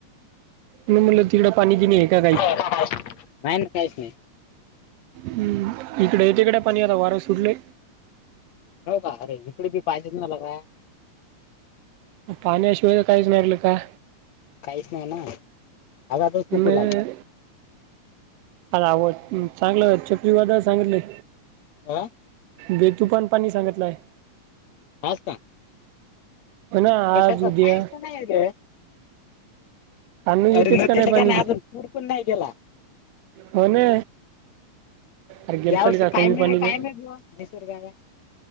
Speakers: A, on the right; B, on the left.
A: नई म्हनलं तिकडं पाणी कि नाही काहीच
B: <inaudible> नाही ना काहीच नही.
A: हम्म इकडे येत इकडे पानी आता वारं सुटलंय.
B: हो का अरे इकडे बी पाहिजेच ना ला काय
A: पाण्याशिवाय काहीच नाहील का
B: काहीच नाही ना आवाजच चुकू
A: नय
B: लागले
A: चांगलं चक्रीवादळ सांगितलंय.
B: आ
A: बेतुफान पाणी सांगितलाय
B: पास्ता
A: हो ना
B: कशाच
A: आज
B: काहीच
A: उद्या
B: तर नाहीरे,
A: आणू येतेच
B: तारीने दीले
A: पाणी
B: का नाही अजून? कूड पण नाही गेला.
A: हो ना. अरे गेल
B: या
A: चाल
B: वर्षी
A: का
B: काय
A: कमी
B: नही
A: पाणी दे
B: काय नही बॉ निसर्गाला